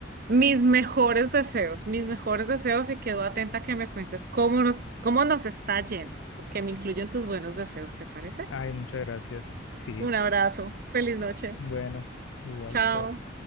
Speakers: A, on the right; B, on the left.
A: Mis mejores deseos, mis mejores deseos y quedo atenta a que me cuentes cómo nos, cómo nos está yendo, porque me incluyen tus buenos deseos, ¿te parece?
B: Ay, muchas gracias. Sí,
A: Un abrazo, feliz noche,
B: bueno, igual,
A: chao.
B: chao.